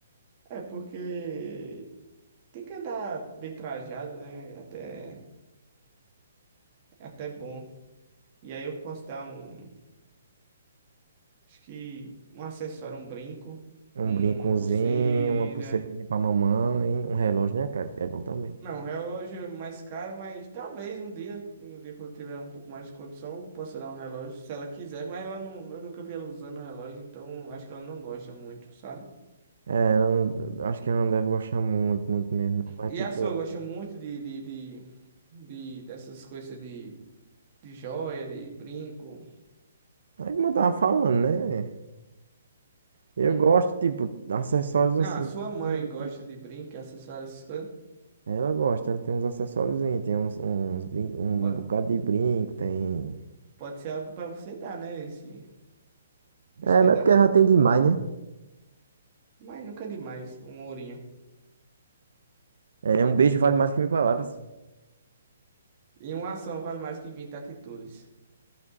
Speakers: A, on the right (about 25°); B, on the right (about 80°).
A: É, porque tem que andar bem trajado, né? Até, é até bom. E aí eu posso dar um, acho que um acessório, um brinco,
B: Um
A: uma
B: brincozinho,
A: pulseira.
B: uma pulseirinha pra mamãe, um relógio, né, cara? Que É bom também.
A: Não, relógio é mais caro, mas talvez um dia, um dia quando eu tiver um pouco mais de condição, eu possa dar um relógio, se ela quiser, mas ela não, eu nunca vi ela usando relógio, então acho que ela não gosta muito, sabe?
B: É, ela não, acho que ela não deve gostar muito, muito mesmo, não. Mas,
A: E
B: tipo,
A: a sua gosta muito de, de, de, de- dessas coisas de, de joia, de brinco.
B: é como eu tava falando, né? Eu
A: Hum.
B: gosto, tipo, de acessórios
A: Não,
B: assim,
A: a sua mãe
B: simples.
A: gosta de brinco, acessórios, essas coisas.
B: Ela gosta, ela tem uns acessórios, tem uns, uns brin... um
A: Pode,
B: bocado de brinco, tem.
A: pode ser algo pra você dar, né? Esse, esse
B: É,
A: dia
B: mas
A: das
B: é porque
A: mães.
B: ela já tem demais, né?
A: Mas nunca é demais, um ourinho.
B: É, um beijo vale mais que mil palavras.
A: E uma ação vale mais que 20 atitudes.